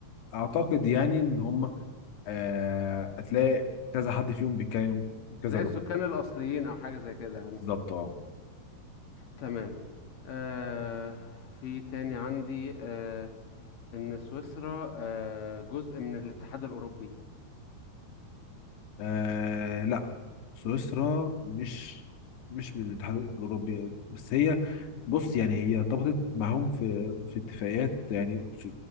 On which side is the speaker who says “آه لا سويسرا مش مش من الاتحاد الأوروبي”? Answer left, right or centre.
Left